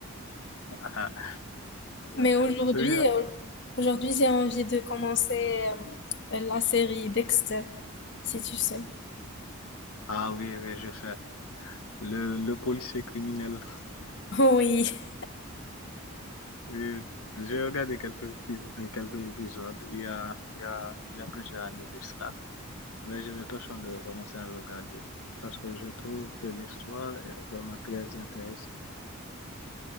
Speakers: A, on the left; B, on the left.
A: Ah,
B: <laughs>
A: ouais.
B: Mais aujourd'hui,
A: Celui-là.
B: euh, aujourd'hui, j'ai envie de commencer euh, la série Dexter, si tu sais.
A: Ah oui, oui, je sais. Le, le policier criminel.
B: <laughs> Oui.
A: Oui, J'ai regardé quelques, épis- quelques épisodes il y a, il y a, il y a plusieurs années de cela, mais j'ai l'intention de recommencer à le regarder parce que je trouve que l'histoire est vraiment très intéressante.